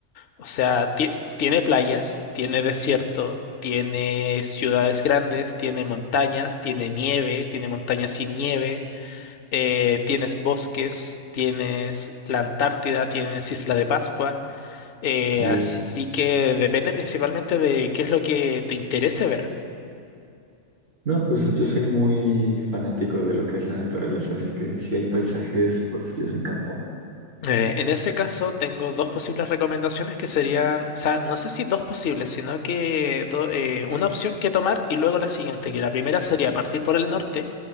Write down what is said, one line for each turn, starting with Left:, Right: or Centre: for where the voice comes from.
Left: O sea, ti- tiene playas, tiene desierto, tiene ciudades grandes, tiene montañas, tiene nieve, tiene montañas sin nieve, eh, tienes bosques, tienes la Antártida, tienes Isla de Pascua. Eh,
Right: Ujú.
Left: así que depende principalmente de qué es lo que te interese ver.
Right: No, pues yo soy muy fanático de lo que es la naturaleza, así que si hay paisajes, pues yo soy encantado.
Left: Eh, en ese caso, tengo dos posibles recomendaciones que serían, o sea, no sé si dos posibles, sino que do- eh, una opción que tomar y luego la siguiente, que la primera sería partir por el norte,